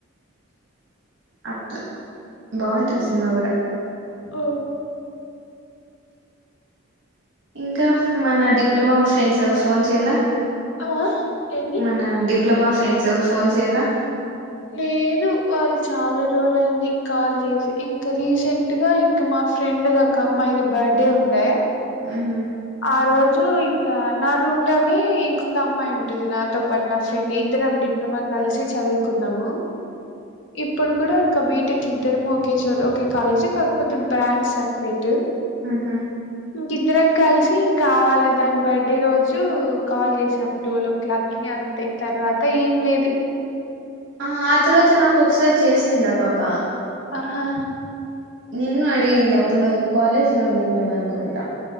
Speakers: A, on the right (about 65°); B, on the left (about 60°).
A: అట్లా బాగుంటుంది సినిమా కూడా
B: ఓ
A: ఇంకా మన డిప్లమా ఫ్రెండ్స్ ఎవరు ఫోన్ చేయలా
B: ఆ ఏంది
A: మన డిప్ డిప్లమా ఫ్రెండ్స్ ఎవ్వరు ఫోన్ చేయలా
B: లేదు వాళ్ళు చాలా రోజులయింది కాల్ చేసి ఇంకా రీసెంట్ గా ఇం ఇంక మా ఫ్రెండ్ ది ఒక అమ్మాయిది బర్త్డే ఉంది
A: ఊహూ
B: ఆ రోజు ఇంకా నా రూమ్ లోనే ఇంకొక అమ్మాయుంటది నాతో పాట్ నా ఫ్రెండ్ ఇద్దరం డిప్ మా కలిసి చదువుకున్నాము ఇప్పుడు కూడా ఇంకా బి టెక్ ఇద్దరమూ ఒకే చోట ఒకే కాలేజి కాకపోతే బ్రాంచ్ సప్రేటు
A: ఉహు
B: ఇంక ఇద్దరం కల్సి మేం కావాలా దాని బర్త్డే రోజు కాల్ చేసాం ట్వెల్వ్ ఓ క్లాక్ కి అంత తే తర్వాత ఏం లేదు
A: ఆ ఆ తర్వాత నాకు ఒకసారి చేసిందా పాప
B: ఆహా
A: నిన్ను అడిగింది అప్పుడు నువ్వు కాలేజ్ లో ఉండిఉండవు అనుకుంటా